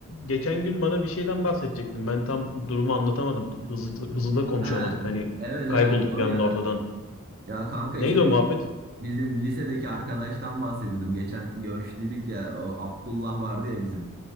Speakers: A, on the left; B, on the right.
A: geçen gün bana bir şeyden bahsedecektin. Ben tam durumu anlatamadım. Hızlı, hızlı da konuşamadık.
B: Ha,
A: Hani
B: evet
A: kaybolduk
B: evet doğru
A: bir anda
B: ya.
A: ortadan.
B: Ya kanka
A: Neydi
B: işte
A: o muhabbet?
B: Bizim lisedeki arkadaştan bahsediyordum. Geçen görüştüydük ya o Abdullah vardı ya bizim.